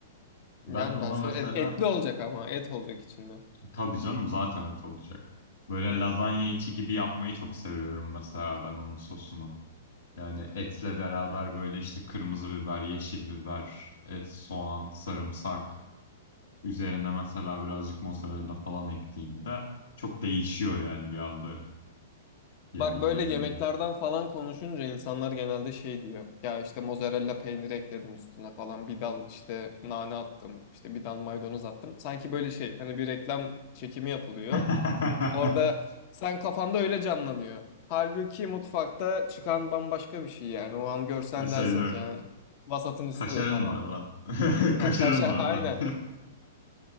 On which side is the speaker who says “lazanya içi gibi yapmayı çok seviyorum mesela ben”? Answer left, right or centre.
Left